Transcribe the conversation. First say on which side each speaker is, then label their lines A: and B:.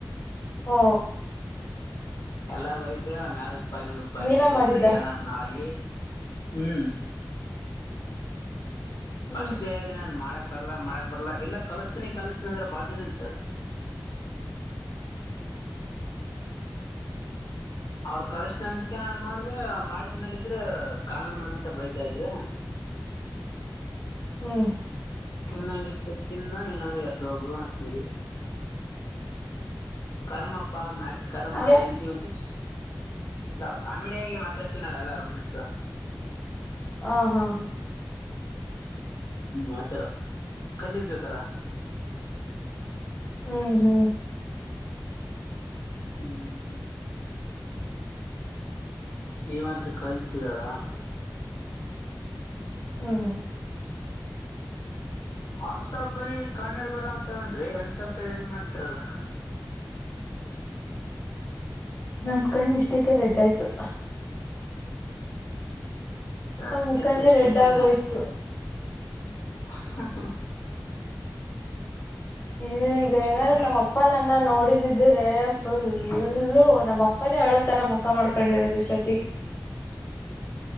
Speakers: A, on the left; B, on the left.
A: ಹೊ
B: ಎಲ್ಲ ಬೈದ್ರು ಮ್ಯಾಲ್ ಉಪ್ಪ್ ಹಾಕಂಡ್ ಉಪ್ಪ್ ಹಾಕಂಡ್
A: ನೀವೇ
B: ತಿಂದ್ರು,
A: ಮಾಡಿದ್ದ
B: ಏನ ನಾಯಿ ಹ್ಮ್
A: ಹ್ಮ್
B: ಫಸ್ಟ್ ಹೇಳ್ದೆ ನಾನ್ ಮಾಡಕ್ ಬರ್ಲಾ ಮಾಡಕ್ ಬರ್ಲಾ ಇಲ್ಲ ಕಲ್ಸ್ತೀನಿ ಕಲ್ಸ್ತನಿ ಅಂದ್ರೆ ಬಾಜು ನಿಂತು ಅವ್ರ್ ಕಲ್ಸ್ತಿನ್ ಅಂದ್ಕೆ ನಾನ್ ಮಾಡ್ದೆ, ಮಾಡಿದ್ಮೇಲೆ ಇದ್ರೆ ಕಾಮಿಡಿ ಮಾಡ್ಕೊಂತ ಬೈತ ಇದ್ರೆ <unintelligible>
A: ಹ್ಮ್
B: ತಿನ್ನಂಗಿದ್ದೆ ತಿನ್ನ ಇಲ್ಲಾಂದ್ರೆ ಎದ್ದ್ ಹೋಗು ಅಂತಂಗಿ. ಕರ್ಮಪ್ಪಾ ಮಾಡಿದ್ ಕರ್ಮ
A: ಹಂಗೆ
B: ತಿಂತೀವಂದಿ ಇಲ್ಲ ಕಾಮಿಡಿಯಾಗೆ ಮಾತಾಡ್ತೀವಿ ನಾವೆಲ್ಲ ರೊಮೇಟ್ಸು
A: ಹಾ ಹಾ
B: ಮಾತರ ಕಲಿಬೇಕಲ್ಲಾ.
A: ಹ್ಮ್ ಹ್ಮ್
B: ಹ್ಮ್ ನೀವಂತು ಕಲ್ತಿರಲ್ಲ
A: ಹ್ಮ್
B: ಆಷ್ಟಾ ಬರೀ ಕಣ್ಣೀರ್ ಬರ ಅಂತವೇನ್ರಿ ಎಂತ <unintelligible> ಮಾಡ್ತಿರಲ್ಲ
A: ನನ್ ಕಣ್ ಇಷ್ಟಕ್ಕೆ ರೆಡ್ ಆಯ್ತು
B: ರಜೆ
A: ಆ ಮುಖನೇ
B: ಆಯ್ತು ಇಷ್ಟಕ್ಕೇನೆ
A: ರೆಡ್ ಆಗೋಯ್ತು
B: ಹ
A: ಇಲ್ಲ ಈಗ
B: ಎಷ್ಟಕ್ಕೆ
A: ಏನಾದ್ರು ನಮ್ಮಪ್ ಅಪ್ಪ ನನ್ನ ನೋಡಿದಿದ್ರೆ ಫುಲ್ಲೂ ನಮಪ್ಪನೇ ಅಳೋ ತರ ಮುಖ ಮಾಡ್ಕೊಂಡಿರೋದು ಇಷ್ಟೊತ್ತಿಗೆ